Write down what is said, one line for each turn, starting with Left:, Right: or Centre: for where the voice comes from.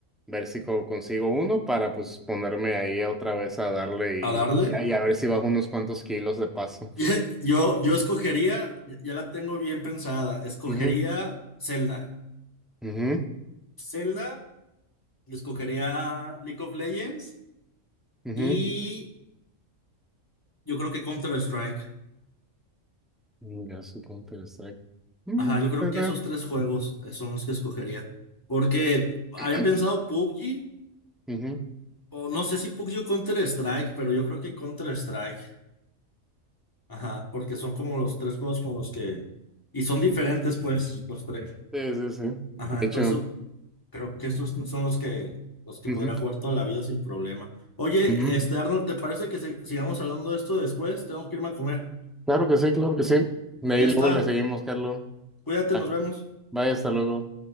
Centre: ver si co- consigo uno para pues ponerme ahí otra vez a darle y,
Left: ¿A darle?
Centre: y a y a ver si bajo unos cuantos kilos de paso.
Left: Ye- Yo, yo escogería, ya ya la tengo bien pensada, escogería
Centre: Ujú,
Left: Zelda.
Centre: ujú,
Left: Zelda, y escogería League of Legends
Centre: ujú.
Left: y yo creo que Counter-Strike.
Centre: Venga, su Counter Strike. Mm,
Left: Ajá, yo creo
Centre: ¿verdad?
Left: que esos tres juegos eh, son los que escogería. Porque había
Centre: <clears throat>
Left: pensado PUBG,
Centre: Ujú.
Left: o no sé si PUBG o Counter-Strike, pero yo creo que Counter-Strike. Ajá, porque son como los tres juegos con los que... Y son diferentes, pues, los tres.
Centre: Sí, sí, sí.
Left: Ajá,
Centre: De
Left: entonces
Centre: hecho,
Left: o- creo que esos tres son los que, los que
Centre: ujú,
Left: podría jugar toda la vida sin problema. Oye,
Centre: ujú.
Left: este, Arnold, ¿te parece que se- sigamos hablando de esto después? Tengo que irme a comer.
Centre: Claro que sí, claro que sí. De
Left: Ya
Centre: ahí
Left: está.
Centre: luego le seguimos, Carlos.
Left: Cuídate,
Centre: Va,
Left: nos vemos.
Centre: Bye, hasta luego.